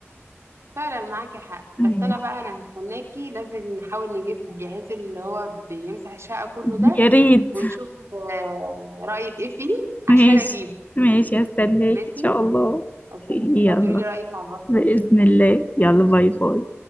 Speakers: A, on the right (about 70°); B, on the left (about 35°).
A: فعلا معاكي حق بس
B: ايوه
A: أنا بقى أنا هستناكي لازم نحاول نجيب الجهاز اللي هو بيمسح الشقة كله
B: <laughs>
A: ده
B: يا ريت
A: ونشوف آه، رأيك إيه فيه عشان
B: ماشي
A: أجيب
B: ماشي هستناك
A: ماشي
B: ان شاء الله
A: هستناكي
B: <laughs>
A: بقى
B: يلا
A: تقولي لي رأيك على الواتساب
B: بإذن الله يلا باي باي